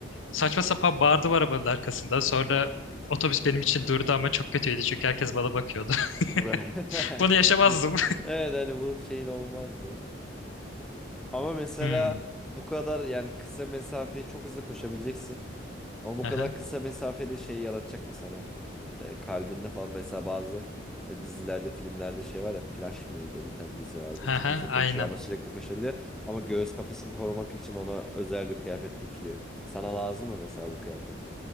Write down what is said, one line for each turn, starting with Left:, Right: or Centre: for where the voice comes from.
Left: saçma sapan bağırdılar arabanın arkasında. Sonra otobüs benim için durdu ama çok kötüydü çünkü herkes bana bakıyordu.
Centre: Bu- <laughs>
Left: <laughs> Bunu yaşamazdım.
Centre: Evet hani bu şeyin olmazdı. Ama mesela
Left: Hmm.
Centre: bu kadar yani kısa mesafeyi çok hızlı koşabileceksin. Ama bu
Left: Aha.
Centre: kadar kısa mesafede şey yaratacak mı sana? E, kalbinde falan mesela bazı e, dizilerde, filmlerde şey var ya Flash mıydı bir tane dizi vardı.
Left: Aha.
Centre: Çok hızlı koşuyor
Left: Aynen.
Centre: ama sürekli koşabiliyor. Ama göğüs kafesini korumak için ona özel bir kıyafet dikiliyor. Sana lazım mı mesela bu kıyafet?